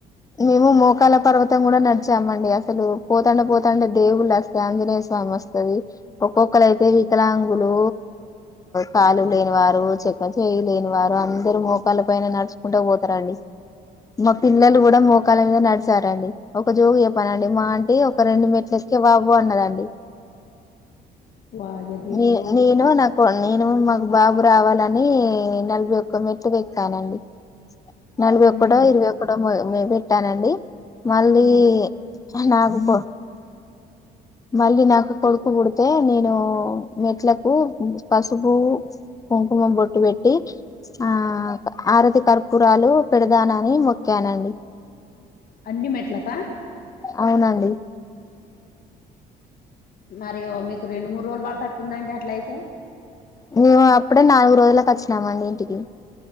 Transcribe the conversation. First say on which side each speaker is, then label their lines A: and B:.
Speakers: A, on the left; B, on the left.
A: మేము మోకాల పర్వతం కూడా నడిచామండి అసలు పోతాండే పోతాండే దేవుళ్ళు వస్తాయి ఆంజనేయ స్వామి వస్తది ఒక్కొక్కరుయితే వికలాంగులు తలు లేనివారు చెక్క చె్య లేనివారు అందరుూ మోకాల పైన నడుచుకుంటూ పోతారండి
B: అ
A: మా పిల్లలు కూడా మోకాల మీద నడిచారండి ఒక జోగు చెయప్పనండి మా ఆంటంటి ఒక రెండు మెట్లుల అబో అన్నదండి
B: వాయ దేవుడో
A: న నేను నాకు నేను మాకు బాబు రావాలని నలభై ఒక్క మెట్లు ఎక్కానండి నలభైఒక్కటో
B: ఉమ్
A: ఇరవైఒక్కటో మే పెట్టానండి మళ్ళీ
B: ఉమ్
A: హానాగుబో మళ్ళీ నాకు కొడుకు బుడితే నేను మెట్లకు హ్మ్ పసుపు కుంకు మ్ బొట్టు పెట్టి ఆ ఆరతి కర్పూరాలు పెడదానని మొక్యానండి
B: అన్నీ మెట్ల కా
A: అవునండి
B: మరి ఓ మీకు రెండు మూడు రోజులు పడతట్టుందండి అట్లయితే
A: మేము అప్పుడే నాలుగు రోజులకి వచ్చినామండి ఇంటికి